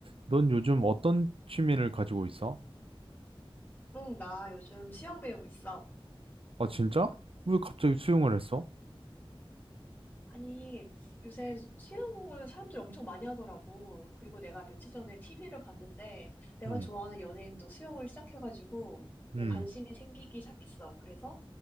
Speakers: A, on the right; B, on the left.
A: 넌 요즘 어떤 취미를 가지고 있어?
B: 응, 나 요즘 수영 배우고 있어.
A: 아, 진짜? 왜 갑자기 수영을 했어?
B: 아니, 요새 수영을 사람들이 엄청 많이 하더라고. 그리고 내가 며칠 전에 TV를 봤는데, 내가
A: 음,
B: 좋아하는 연예인도 수영을 시작해가지고,
A: 음.
B: 이게 관심이 생기기 시작했어. 그래서,